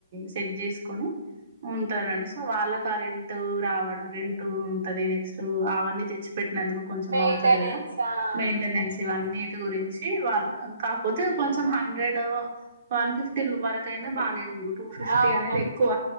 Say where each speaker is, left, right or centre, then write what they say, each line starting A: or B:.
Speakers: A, on the right; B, on the right.
A: సెట్ చేసుకోని ఉంటారండి సో వాళ్ళ కరెంట్ టూ రావడం రెంట్ ఉంటాది నెక్స్ట్ అవి అన్ని తెచ్చిపెటినదుకు కొంచం
B: మెయింటెనెన్స్
A: అవుతాది కదా
B: ఆ
A: మెయింటైన్
B: మెయింటెనెన్స్
A: ఇవి అన్నిటి గురించి వాళ్ళు కాకపోతే కొంచం హన్ హండ్రెడ్ వన్ ఫిఫ్టీ వరకయినా బానే ఉండు టూ ఫిఫ్టీ
B: అవునండి
A: అనేది ఎక్కువ